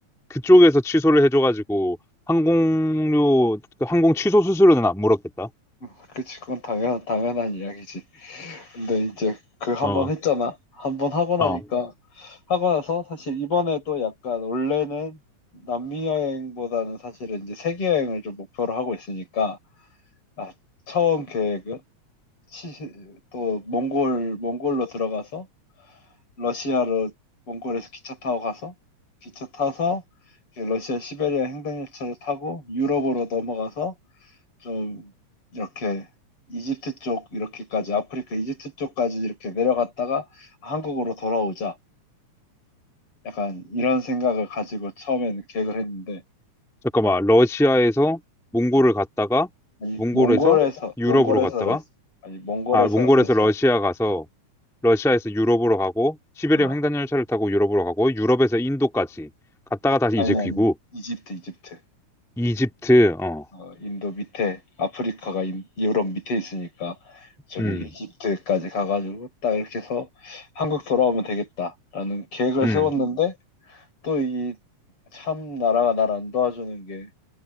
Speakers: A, in the centre; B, on the left.
A: 그쪽에서 취소를 해줘가지고, 항공료, 그 항공 취소 수수료는 안 물었겠다.
B: 음, 그치, 그건 당연, 당연한 이야기지. 근데 이제 그 한
A: 어,
B: 번 했잖아. 한 번 하고 나니까,
A: 어.
B: 어, 하고 나서 사실 이번에 또 약간 원래는 남미 여행보다는 사실은 이제 세계 여행을 좀 목표로 하고 있으니까, 아, 처음 계획은 시- 또 몽골, 몽골로 들어가서 러시아로 몽골에서 기차 타고 가서 기차 타서 이렇게 러시아 시베리아 횡단열차를 타고 유럽으로 넘어가서 좀 이렇게 이집트 쪽 이렇게까지 아프리카 이집트 쪽까지 이렇게 내려갔다가 한국으로 돌아오자 약간 이런 생각을 가지고 처음에는 계획을 했는데
A: 잠깐만, 러시아에서 몽골을
B: 어,
A: 갔다가,
B: 아니
A: 몽골에서
B: 몽골에서
A: 유럽으로
B: 몽골에서
A: 갔다가,
B: 러시 아니 몽골에서
A: 아, 몽골에서
B: 러시아
A: 러시아 가서, 러시아에서 유럽으로 가고, 시베리아
B: 어어어
A: 횡단열차를 타고 유럽으로 가고, 유럽에서 인도까지 갔다가 다시
B: 아니
A: 이제 귀국.
B: 아니 이집트 이집트
A: 이집트, 어,
B: 어 인도 밑에 아프리카가 인- 유럽 밑에 있으니까 저기
A: 음,
B: 이집트까지 가가지고 딱 이렇게 해서 한국 돌아오면 되겠다라는 계획을
A: 음.
B: 세웠는데 또 이 참 나라가 나를 안 도와주는 게